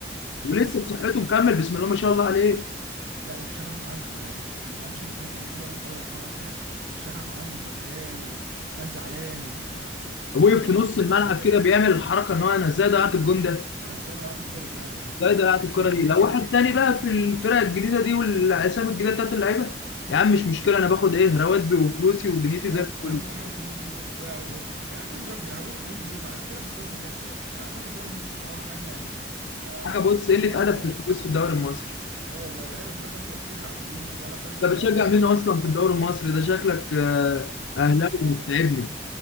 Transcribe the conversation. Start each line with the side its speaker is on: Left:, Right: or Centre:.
Right: مش
Left: ولسه
Right: عارف
Left: بصحته
Right: والله
Left: مكمل بسم الله ما شاء الله عليه
Right: لا والشغف عنده يعني الماتش اللي فات لما طلعوا من دوري ابطال اسيا الشغف عنده شغال وكان زعلان وال- يعني
Left: وقف
Right: انت
Left: في
Right: انت
Left: نص الملعب
Right: ازاي
Left: كده بيعمل الحركه ان هو انا ازاي ضيعت الجون ده
Right: انا ازاي ضيعت الكرة دي ايوه يعني انت
Left: ازاي ضيعت الكره
Right: انت ازاي
Left: دي لو
Right: كده
Left: واحد تاني بقى
Right: بالظبط
Left: في الفرق الجديده دي والاسامي الجديده بتاعت اللعيبه يا عم مش مشكله انا باخد ايه رواتبي وفلوسي
Right: بالظبط.
Left: ودنيتي زي الفل
Right: اهم حاجه فلوسي وبتاع و... يا عم هنروح ب... هنروح بعيد ليه ما عندنا في الدوري المصري اهو يعني عندنا في الدوري المصري بصراحه حاجه يعني ما
Left: حاجه بص قله
Right: اللعيبه
Left: ادب
Right: كلها
Left: في
Right: دل...
Left: الفلوس في الدوري المصري
Right: اه والله اللعيبه كلها دلوقتي بقت تجري على الفلوس ولا فارق معاها
Left: انت بتشجع
Right: نادي
Left: مين
Right: ولا
Left: اصلا
Right: انتماء
Left: في الدوري المصري ده شكلك آه،
Right: انا
Left: اهلاوي
Right: زملكاوي
Left: بتتعبني
Right: والله